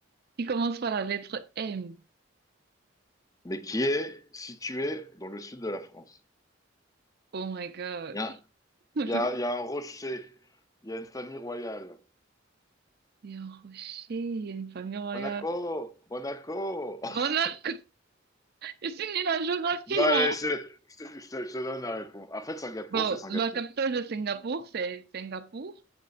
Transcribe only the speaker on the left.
mais qui est situé dans le sud de la France.
Il y a,
il y a, il y a un rocher, il y a une famille royale.
Monaco, Monaco. <laughs>
Bon, allez,
je, je- je je te donne la réponse. En fait, Singapour,
c'est Singapour.